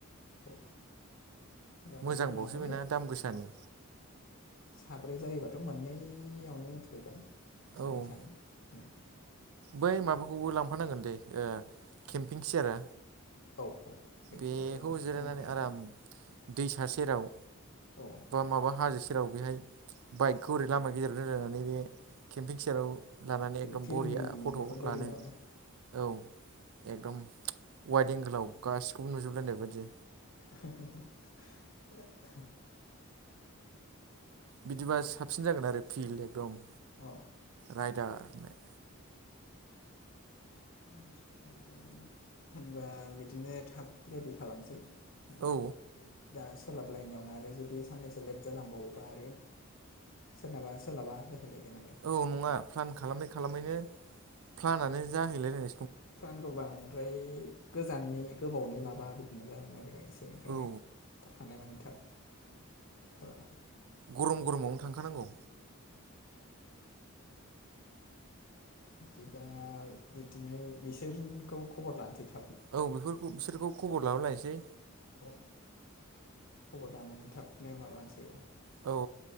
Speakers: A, on the left; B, on the right.
A: औ होनबा
B: मोजांबावसो
A: बेखौ लानानै
B: बेना दाम गोसानि
A: औ साब्रै जायोबा दाथ' मोननैआवनो थोगोन सानै
B: औ
A: सानै
B: बै माबाखौबो लांफानांगोन दैे ओ केम्पिं सियारा
A: औ औ बेथ'
B: बेखौ जिरायनानै
A: दंखायो
B: आराम दै था सेराव
A: औ
B: बा माबा हाजो से सेराव बेहाय बाइकखौ ओरै लामा गेजेराव दोनलायनानै बे केम्पिं सेयाराव लानानै एकदम
A: फिल्मि
B: बरिया फट'
A: नुहुरलायदों
B: लानो
A: नामा
B: औ एकदम वाइद एंगोलाव गासिखौबो नुजोबलायनाय बायदि
A: <unintelligible>
B: बिदिबा साबसिन जागोन आरो फिल्ड एकदम
A: औ
B: रायदार होननाय
A: ओमफ्राय होनबा बिदिनो थाब रेडि खालामसै माने
B: औ
A: दा सोलाबलायनायावनो आरो जुदि साननैसो लेट जालांबावोबा आरो सोलाबा सोलाबा जाहैलायगोन आरो
B: औ नङा प्लान खालामै खालामैनो प्लानानो जाहैलाया
A: फ्लानखौ बांद्राय गोजाननि गोबावनि लाबा बिदिनो जानो नागिरो एसे ओंखायनो
B: औ
A: हानायमानि थाब खालामा
B: गरम गरमावनो थांखानांगौ
A: बिदिबा बिदिनो बिसोरखौ खबर लानोसै थां
B: औ बेफोरखौ बिसोरखौ खबर लाबो लायसै
A: औ खबर लानानै थाबनो माबानोसै औ
B: औ